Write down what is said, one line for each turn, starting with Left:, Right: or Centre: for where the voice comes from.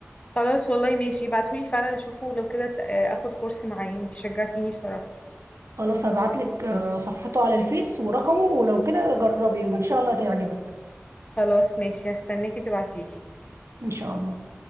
Left: خلاص والله ماشي ابعتهولي فعلا اشوفه لو كده ت- آه، اخد كورس معاه انتي شجعتيني بصراحة
Right: خلاص هبعت لك صفحته على الفيس ورقمه ولو كده جربي وان شاء الله تعجبك
Left: خلاص ماشي هستناكي تبعتيلي
Right: ان شاء الله